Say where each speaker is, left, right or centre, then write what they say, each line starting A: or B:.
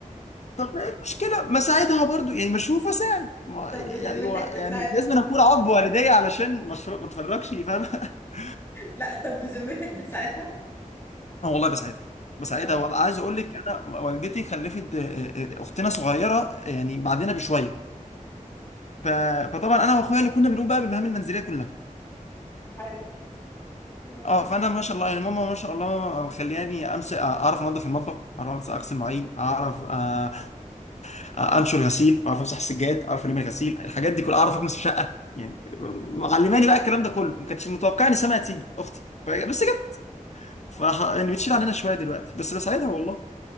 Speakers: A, on the left; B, on the left.
A: طب ايه المشكلة ما ساعدها برضو يعني مشروف وساعد ما
B: طب
A: يعني
B: بذمتك
A: هو
B: بتساعدها
A: يعني لازم أنا اكون عض والدي علشان مشروع ما اتفرجش فاهم <laughs>
B: لا طب بذمتك بتساعدها
A: اه والله بساعدها بساعدها
B: طيب
A: والله عايز اقول لك انا والدتي خلفت آه، آه، اختنا صغيرة آه، يعني بعدنا بشوية ف... فطبعا انا واخويا اللي كنا بنقوم بقى بالمهام المنزلية كلها
B: حلو يعني
A: اه فانا ما شاء الله يعني ماما ما شاء الله مخلياني امسك اعرف انظف المطبخ اعرف امسك اغسل مواعين اعرف آه، انشر غسيل اعرف امسح السجاد اعرف الم غسيل الحاجات دي كلها اعرف اكنس في شقه يعني معلماني بقى الكلام ده كله ما كانتش متوقع ان سما هتيجي اختي ف- بس جت ف
B: اه
A: يعني بتشيل عننا شويه دلوقتي بس بساعدها والله